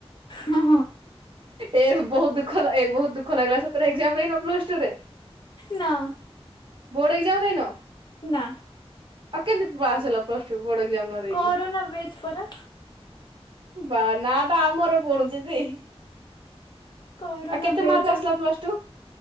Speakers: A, on the left; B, on the right.
A: ହଁ ହଁ
B: ଏ ବହୁତ ଦୁଃଖଲା, ବହୁତ ଦୁଃଖ ଲାଗିଲା, ସତରେ ଏକ୍ଜାମ ଦେଇନ ପ୍ଲସ ଟୁରେ?
A: ନା
B: ବୋର୍ଡ ଏକ୍ଜାମ ଦେଇନ
A: ନା
B: ଆଉ କେମିତି ପାସ୍ ହେଲା ପ୍ଲସ ଟୁ ବୋର୍ଡ ଏକ୍ଜାମ ନଦେଇ
A: କରୋନା
B: କି?
A: ବେଚ୍ ପରା
B: ବା ନା ନାଁଟା ଆମର ପଢୁଛି ଯେ।
A: କରନା
B: ଆଉ କେତେ
A: ବେ
B: ମାର୍କ
A: ଚ,
B: ଆସିଲା ପ୍ଲସ ଟୁ